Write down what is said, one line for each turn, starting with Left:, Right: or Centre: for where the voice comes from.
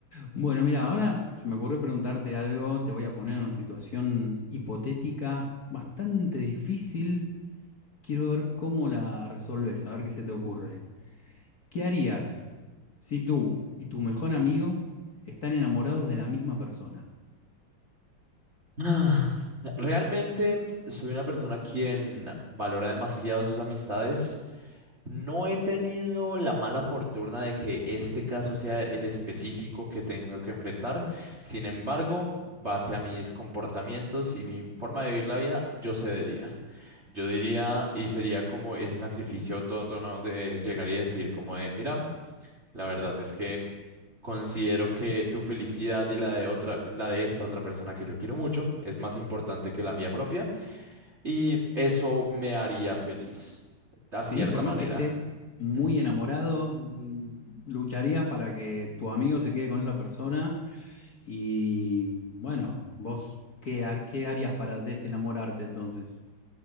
Left: Bueno, mira, ahora se me ocurrió preguntarte algo, te voy a poner en una situación hipotética bastante difícil. Quiero ver cómo la resolves, a ver qué se te ocurre. ¿Qué harías si tú y tu mejor amigo están enamorados de la misma persona?
Right: Ah, Realmente soy una persona quien valora demasiado sus amistades. No he tenido la mala fortuna de que este caso sea el específico que tenga que enfrentar. Sin embargo, base a mis comportamientos y mi forma de vivir la vida, yo cedería. Yo diría y sería como ese sacrificio autótono de llegar y decir como de, mira, la verdad es que Considero que tu felicidad y la de otra, la de esta otra persona que yo quiero mucho es más importante que la mía propia y eso me haría feliz, de
Left: ¿Sí?
Right: cierta
Left: Por más
Right: manera.
Left: que estés muy
Right: Ujú.
Left: enamorado, mm, lucharías para que tu amigo se quede con esa persona y bueno, vos, ¿qué, har- qué harías para desenamorarte entonces?